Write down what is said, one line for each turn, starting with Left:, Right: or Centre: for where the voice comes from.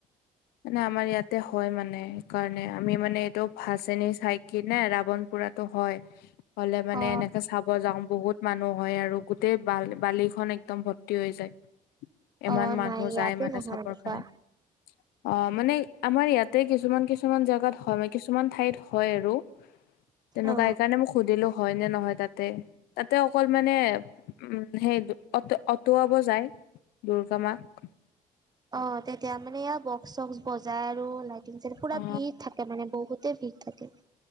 Left: মানে আমাৰ ইয়াতে হয় মানে সেইকাৰণে, আমি মানে এইটো ভাচনী চাইকিনে ৰাৱন পুৰাতো হয়। হলে মানে
Right: অ
Left: এনেকে চাব যাওঁ বহুত- মানুহ হয় আৰু, গোটেই বাল বালিখন একদম ভৰ্তি হৈ যায়। ইমান
Right: অ
Left: মানুহ
Right: নাই ইয়াতে
Left: যায় মানে
Right: নহয়
Left: চাবৰ
Right: এনেকুৱা
Left: কাৰণে। অঁ মানে আমাৰ ইয়াতে কিছুমান কিছুমান জেগাত হয় মান কিছুমান ঠাইত হয় আৰু। তেনেকুৱা,
Right: অ
Left: সেইকাৰণে মোক সুধিলো হয় নে নহয় তাতে। তাতে অকল মানে উম সেই অট অটুৱাব যায়। দুৰ্গা মাক।
Right: অঁ তেতিয়া মানে এয়া বক্স চক্স বজাই আৰু লাগ- <unintelligible> পুৰা
Left: অ
Right: ভিৰ থাকে মানে বহুতেই ভিৰ থাকে।